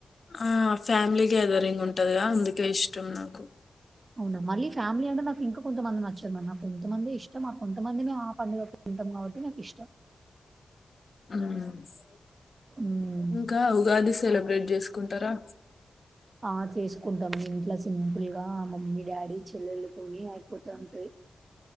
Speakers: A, on the left; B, on the right.
A: ఆహ్ ఫ్యామిలీ గ్యాదరింగ్ ఉంటదిగా అందుకే ఇష్టం నాకు.
B: అవునా మళ్ళీ ఫ్యామిలీ అంటే నాకు ఇంకా కొంతమంది నచ్చదు నాకు. కొంతమంది ఇష్టం నాకు. కొంతమందిమి ఆ పండగకు తింటాం కాట్టి మేము. ఇష్టం.
A: ఆహ్ రోమన్స్.
B: హ్మ్.
A: ఇంకా ఉగాది సెలబ్రేట్ చేసుకుంటారా.
B: ఆహ్ చేసుకుంటాం ఇంట్లో సింపుల్గా. ఆహ్ మమ్మీ డాడి చెల్లెల్ల తోనే ఆయిపోత ఉంటది.